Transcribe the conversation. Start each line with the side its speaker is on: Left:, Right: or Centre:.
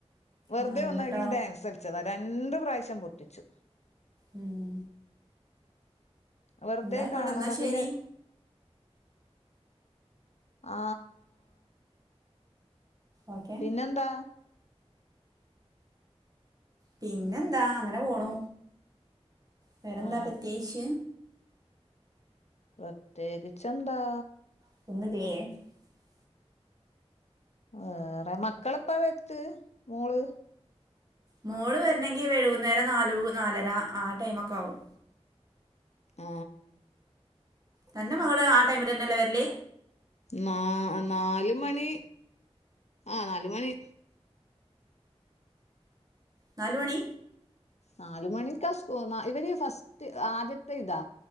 Left: വെറുതെ
Right: ആ എന്നിട്ടോ
Left: ഒന്നായിടിം ഡാൻസ് കൽച്ചതാ രണ്ട് പ്രാവശ്യം പൊട്ടിച്ചു
Right: ഉം
Left: വെറുതെ
Right: എന്നാ ആയിക്കോട്ടെ
Left: കാണുമ്പോ
Right: എന്നാ ശരി
Left: പിന്നെ ആ
Right: ഓക്കെ
Left: പിന്നെന്താ
Right: പിന്നെന്താ അങ്ങനെപോണു വേറെന്താ
Left: ആ
Right: പ്രത്യേകിച്ച്
Left: പ്രത്യേകിച്ചെന്താ
Right: <unintelligible>
Left: വേറെ മക്കളിപ്പോ വെത്ത് മോള്
Right: മോള് വരണെങ്കി വഴുകുന്നേരം നാലു നാലര ആ ടൈമൊക്കെ ആവും
Left: ആ
Right: തന്റെ മകള് ആ ടൈമിലന്നെല്ലേ വരല്
Left: നാ നാലുമണി ആ നാലുമണി
Right: നാലുമണി
Left: നാലു മണിക്കാ സ്കൂ ന്നാ ഇവര് ഈ ഫസ്റ്റ് ആദ്യത്തെ ഇതാ